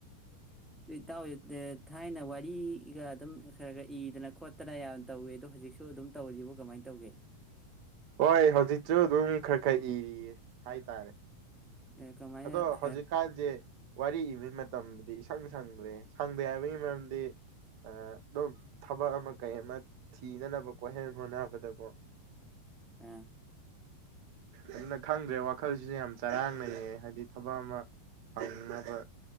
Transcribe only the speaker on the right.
ꯍꯣꯏ ꯍꯧꯖꯤꯛꯁꯨ ꯑꯗꯨꯝ ꯈꯔ ꯈꯔ ꯏꯔꯤꯌꯦ ꯍꯥꯏꯇꯥꯔꯦ
ꯑꯗꯣ
ꯍꯧꯖꯤꯛꯀꯥꯟꯁꯦ ꯋꯥꯔꯤ ꯏꯕ ꯇꯝꯕꯗꯤ ꯏꯁꯪ ꯁꯪꯗ꯭ꯔꯦ ꯁꯪꯗꯦ ꯍꯥꯏꯕꯒꯤ ꯃꯔꯝꯗꯤ ꯑ ꯑ ꯊꯕꯛ ꯑꯃ ꯀꯩ ꯑꯃ ꯊꯤꯅꯅꯕꯀꯣ ꯍꯦꯟꯅ ꯍꯣꯠꯅꯕꯗꯀꯣ
ꯑꯗꯨꯅ ꯈꯪꯗ꯭ꯔꯦ ꯋꯥꯈꯜꯁꯤꯁꯨ ꯌꯥꯝ ꯆꯔꯥꯡꯅꯩꯌꯦ ꯍꯥꯏꯕꯗꯤ ꯊꯕꯛ ꯑꯃ ꯐꯪꯅꯕ